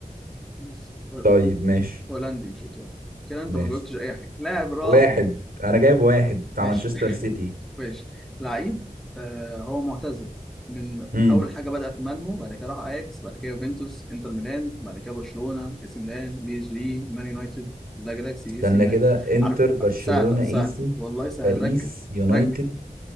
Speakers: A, in the centre; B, on the right.
A: بس هو-
B: طيب ماشي
A: هولندي مش ايطالي كده انت
B: ماشي
A: ما جاوبتش اي حاجه لاعب راح
B: واحد انا جايب
A: لا
B: واحد
A: ماشي
B: بتاع مانشستر
A: <laughs>
B: سيتي
A: ماشي لعيب آه هو معتزل من
B: امم
A: اول حاجه بدأ في مالمو بعد كده راح اياكس بعد كده يوفنتوس انتر ميلان بعد كده برشلونه اي سي ميلان بي اس جي مان يونايتد لا جالاكسي
B: استنى
A: اي سي ميلان
B: كده انتر
A: عارف
B: برشلونة
A: سهله سهله
B: ايسي
A: والله سهله
B: باريس
A: ركز
B: يونايتد
A: ركز